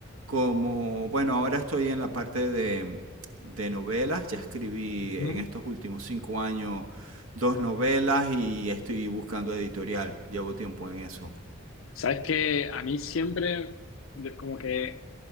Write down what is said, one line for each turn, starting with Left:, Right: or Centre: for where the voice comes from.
Right: como, bueno, ahora estoy en la parte de, de novelas, ya escribí
Left: Ujú.
Right: en estos últimos cinco años dos novelas y estoy buscando editorial, llevo tiempo en eso.
Left: Sabes que a mí siempre, de- como que